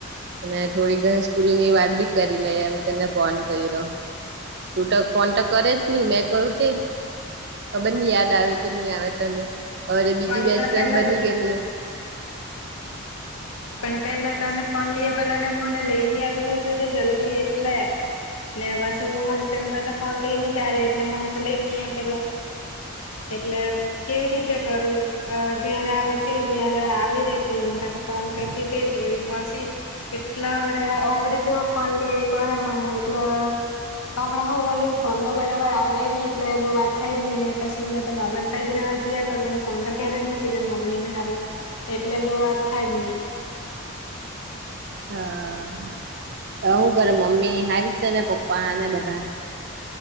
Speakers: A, on the right; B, on the left.
A: અને થોડી ઘર સ્કૂલ ની વાત બી કરી લઈ એમ કરને ફોન કર્યો. તું તો ફોન તો કરે જ નહી મેં કરું તે ખબર ની યાદ આવે કે નહી આવે તને હ બીજી
B: પણ
A: બેસ્ટફ્રેન્
B: તો પેલા
A: બની ગયલી.
B: પણ પેલા તોને ફોન લઈએ પેલા ને હુંને લઈ આપેલું તું તે જલ્દી એટલે. ને પાસું હોસ્ટેલમાં તો ફોન લઈ ની જા એટલે મને તો લે જ નહ આપેલો. એટલે કેવી રીતે કરું ઘેર આવતી ત્યારે આવી રેતી એ કાતો ફોન કરતી તી પછી કેટલા આવડે ઓવડે જેવો ફોન લે આપો મને <unintelligible> હમણાં હઉ બધું ફોન બરાબર આવડે ની એટલે બહુ વાત થાય ની ને પછી તો મામાન તા જ રે મજયા કરું ફોન તો ઘરે જ મૂકી જામ મમ્મી ને હારું એટલે બહ વાત થાયની.
A: હા તો હું કર મમ્મી હારી સે ને પપ્પા અને બધા?